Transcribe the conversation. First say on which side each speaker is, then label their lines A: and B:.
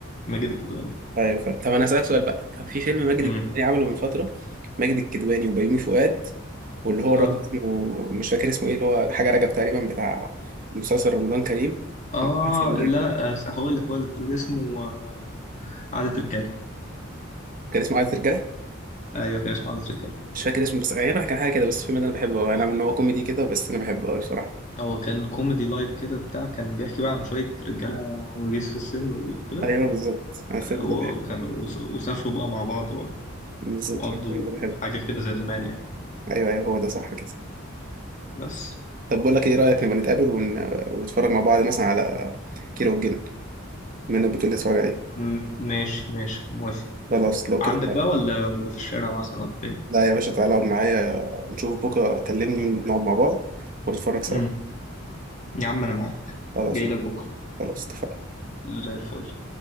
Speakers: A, on the left; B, on the right.
A: ماجد الكدواني
B: ايوه ف... طب انا هسألك سؤال بقى كان في فيلم ماجد
A: امم
B: الكدواني عمله من فترة ماجد الكدواني وبيومي فؤاد واللي هو الراجل
A: اه
B: اسمه مش فاكر اسمه ايه اللي هو حاجة رجب تقريبا بتاع مسلسل رمضان كريم
A: اه
B: ثانية.
A: لا لا آه، هقول لك هقول لك اللي اسمه آه، عادة رجاله
B: كان اسمه عايز رجالة
A: ايوه كان اسمه عادة رجاله
B: مش فاكر اسمه بس غالبا كان حاجة كده بس الفيلم ده انا بحبه أوي. انا من هو كوميدي كده بس انا بحبه قوي بصراحة
A: هو كان كوميدي لايت كده بتاع كان بيحكي بقى عن شويه رجاله عواجيز في السن وكده
B: ايوه بالظبط انا الفيلم
A: وكانوا
B: ده بحبه
A: وس- وسافروا بقى مع بعض و-
B: بالظبط
A: وقضوا
B: انا الفيلم ده بحبه
A: حاجة كده زي زمان يعني
B: ايوه ايوه هو ده صح كده
A: بس
B: طب بقول لك ايه رأيك نبقى نتقابل ون... ونتفرج مع بعض مثلا على كيرة والجن من البطولة اللي اتفرج عليه
A: م- ماشي ماشي موافق
B: خلاص لو
A: عندك
B: كده لا
A: بقى ولا ولا في الشارع مثلا ولا فين
B: لا يا باشا تعالى اقعد معايا نشوف بكرة كلمني ونقعد مع بعض ونتفرج سوا
A: مم. يا عم أنا معاك
B: خلاص
A: جاي لك بكرة
B: خلاص اتفقنا
A: زي الفل